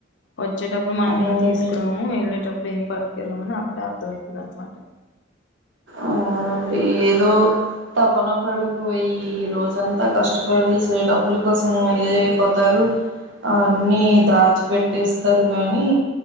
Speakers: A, on the left; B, on the right.
A: వచ్చేటప్పుడు మనమేం
B: అవునండి
A: తీసుకురాము వెళ్ళేటప్పుడు ఏం పట్టు. కెళ్ళమని అప్పుడే అర్ధమయితది అనమాట.
B: అవునండి ఏదో. తపన పడిపోయి. ఈ రోజంతా కష్టపడి సె డబ్బుల కోసం ఇదైపోతారు అ అన్ని దాచి పెట్టేస్తరు గానీ